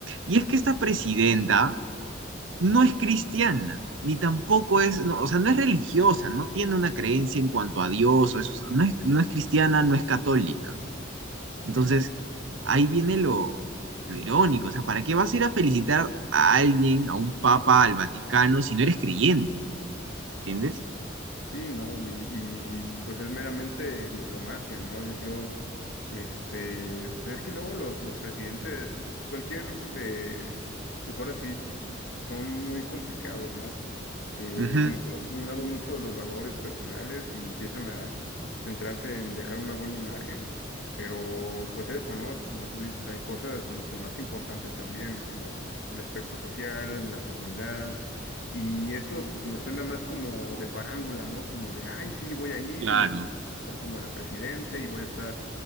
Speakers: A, on the right (about 80°); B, on the left (about 65°).
A: y
B: Ya,
A: es que esta presidenta no es cristiana, ni tampoco es, no, o sea, no es religiosa, no tiene una creencia en cuanto a Dios o eso, o sea, no es, no es cristiana, no es católica. Entonces,
B: ya.
A: ahí viene lo, lo irónico, o sea, ¿para qué vas a ir a felicitar a alguien, a un papa, al Vaticano, si no eres creyente? ¿Entiendes?
B: Sí, ¿no? Y, y, pues es meramente diplomacia, ¿no? Yo creo, este, pues es que luego los, los presidentes, cualquier, eh, pues ahora sí, son muy complicados, ¿no? Eh,
A: Ujú,
B: como que dejan a un lado mucho los valores personales y empiezan a centrarse en dejar una buena imagen, pero pues eso, ¿no? Como tú dices, hay cosas mucho más importantes también, como el aspecto social, la seguridad y esto pues me suena más como de farándula, ¿no? Como de, ay, sí, voy a ir
A: Claro.
B: y, y ser como la presidente y voy a estar